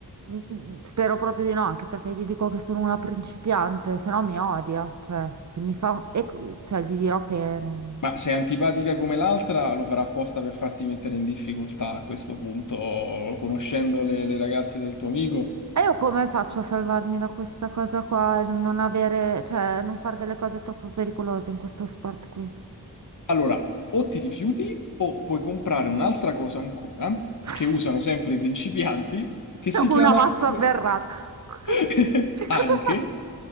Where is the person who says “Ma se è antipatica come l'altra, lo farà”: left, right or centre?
Left